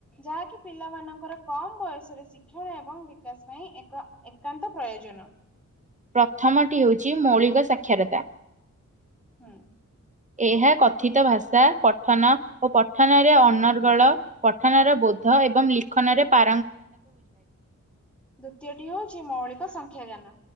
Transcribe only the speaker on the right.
ପ୍ରଥମଟି ହେଉଚି ମୌଳିକ ସାକ୍ଷରତା।
ଏହା କଥିତ ଭାଷା ପଠନ ଓ ପଠନରେ ଅନର୍ଗଳ ପଠନର ବୋ ଧ ଏବଂ ଲିଖନରେ ପା